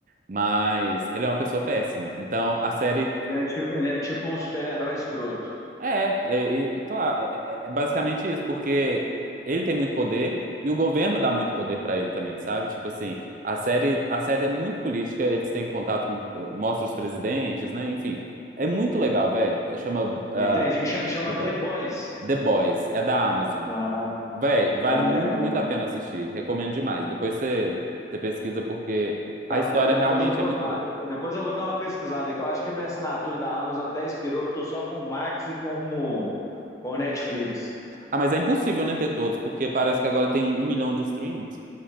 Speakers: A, on the right; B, on the left.
A: Mas ele é uma pessoa péssima. Então, a série
B: Ele é tipo, ele é tipo um super-herói escroto.
A: é, é, e, claro, é, é- é basicamente isso, porque ele tem muito poder e o governo dá muito poder pra ele também, sabe? Tipo assim, a série, a série é muito política, eles têm contato com, eh, mostra os presidentes, né? Enfim, é muito legal, velho. Chama, ah,
B: Entende? Cha- Chama
A: The Boys.
B: The Boys.
A: The Boys, é da Amazon.
B: Ah,
A: Véi, vale
B: tá,
A: muito,
B: legal,
A: muito
B: legal.
A: a pena assistir. Recomendo demais. Depois você, você pesquisa porque
B: Tá,
A: a história
B: de- depois
A: realmente
B: eu vou
A: é muito
B: dar,
A: boa.
B: depois eu vou dar uma pesquisada aqui. Eu acho que a minha assinatura da Amazon até expirou. Eu tô só com o Max e com o, com o Netflix.
A: Ah, mas é impossível, né, ter todos, porque parece que agora tem um, um milhão de streamings.